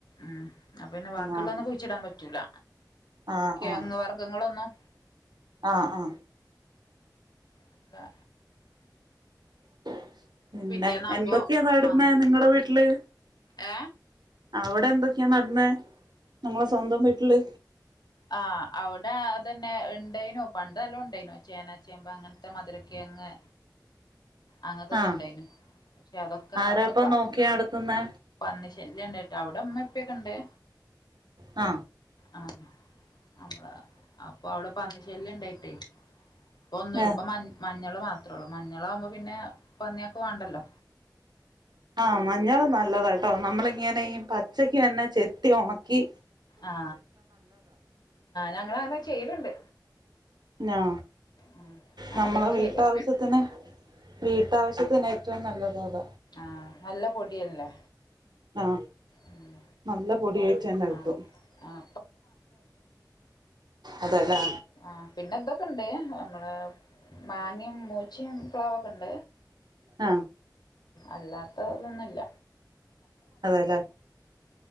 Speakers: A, on the left; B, on the right.
A: ഉം അപ്പന്നെ ബാക്കിയുള്ളൊന്നും
B: ആഹ്
A: കുഴിച്ചിടാൻ പറ്റൂല
B: ആഹ്
A: കിഴങ്ങ്
B: ആഹ്
A: വർഗ്ഗങ്ങൾ ഒന്നും
B: ആഹ് ആ
A: ഒക്കെ
B: <unintelligible> പിന്നെ
A: പിറ്റേന്നാവുമ്പോ
B: എന്തൊക്കെയാ നടുന്നേ
A: മാന്തും
B: നിങ്ങളെ വീട്ടില്
A: ഏ
B: അവിടെ എന്തൊക്കെയാ നട്ന്നേ നമ്മുടെ സ്വന്തം വീട്ടില്
A: ആ അവടേ അതന്നെ ഉണ്ടായിന്നു പണ്ട് നല്ലോണ്ടായിന്നു ചേന ചേമ്പ് അങ്ങൻത്തെ മധുരക്കിഴങ്ങ് അങ്ങൻതൊക്കെ
B: ആഹ്
A: ഉണ്ടായ്ന്നു അതൊക്കെ
B: ആരാപ്പ
A: നമ്മളെ പ
B: നോക്കി നടത്തുന്നെ
A: പന്നി ശല്ല്യംണ്ടായ്ട്ട് അവ്ടെ മ്മീം പ്പിഒക്കെ ക്കണ്ടേ
B: ആ
A: ആ <unintelligible> അപ്പ അവിടെ പന്നി ശല്യം ണ്ടായിട്ട് ഇപ്പോ ഒന്നൂല്ല
B: ഏഹ്
A: ഇപ്പ മഞ്ഞ്മഞ്ഞൾ മാത്രമേ ഉള്ളൂ മഞ്ഞളാവുമ്പോ പിന്നെപണിയാക്ക് വണ്ടല്
B: ആ മഞ്ഞള് നല്ലതാണ് ട്ടോ നമ്മളിങ്ങനെ പച്ചയ്ക്ക് തന്നെ ചെത്തി ഉണക്കി
A: ആ ഞങ്ങൾ അങ്ങനെ ചെയ്യലുണ്ട്
B: ആ
A: ഉം അങ്ങനെ
B: നമ്മുളെ
A: തന്നെ
B: വീട്ടാവശ്യത്തിന്വീട്ടവശ്യത്തിന്
A: ചെയ്യല്
B: ഏറ്റവും നല്ലത് അത
A: ആ നല്ല പൊടിയല്ലേ
B: ആ
A: ഉം
B: അല്ല പൊടിയായി തന്നെ
A: ആഹ്
B: കിട്ടും
A: ആഹ്
B: അതെല്ലേ
A: ആ പിന്നെന്താ ഓക്കേണ്ട മ്മളെ മങ്ങിമം മുച്ചിം പ്ലാവ് ഓക്കേണ്ട
B: അ
A: അല്ലാത്ത തൊന്നുല്ല
B: അതല്ലേ